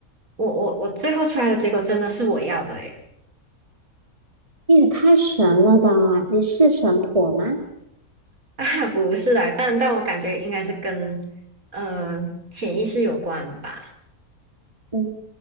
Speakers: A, on the right; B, on the right.
A: 我我我最后出来的结果真的是我要的耶，
B: 你也太神了吧！你是神婆吗？
A: <laughs> 啊，不是啦，但但我感觉应该是跟呃潜意识有关吧，
B: 嗯，